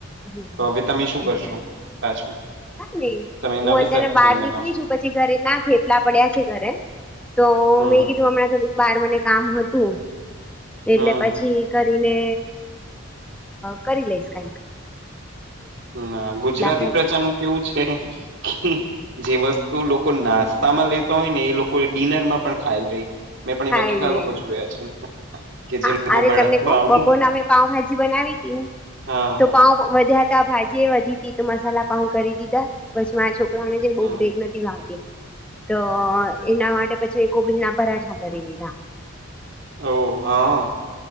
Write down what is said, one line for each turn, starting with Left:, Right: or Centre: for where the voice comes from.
Centre: હ
Right: તો હવે તમે શું
Centre: એ
Right: કરશો
Centre: થ
Right: પાછું
Centre: ને હું
Right: તમે નવી
Centre: અત્ય્યારે
Right: સરથી
Centre: બહાર
Right: કઈ બનાવશો
Centre: નીકળી છું. પછી ઘરે ના થેપલા પડ્યા છે ઘરે. તો
Right: હમ
Centre: મેં કીધું હમણાં થોડુંક બાર મને કામ હતું. એટલે
Right: હમ
Centre: પછી કરીને કરી લઈશ કંઈક.
Right: ના ગુજરાતી
Centre: ખાઈ
Right: પ્રજા
Centre: લઈશ.
Right: નું કેવું છે. જે વસ્તુ લોકો નાસ્તા માં લેતા હોય ને એ લોકો ડિનર માં પણ ખાઈ લે. મેપણી
Centre: ખાઈ
Right: માં કેટલા
Centre: લે.
Right: લોકો જોયા છે. કે જે
Centre: હા
Right: લોકો
Centre: અરે
Right: વડા
Centre: તમને કો
Right: પાઉ
Centre: બપોરના મેં પાવભાજી બનાવી હતી
Right: હા
Centre: તો પાઉ. વધ્યા તા ભાજી વધી તી તો મસાલા પાઉ કરી દીધા પછ મા છો. ણે જેને બહુ
Right: હમ
Centre: બ્રેક નથી ભાગતી. તો એના માટે પછી મે કોબલી ના પરાઠા કરી લીધા.
Right: ઓ હા.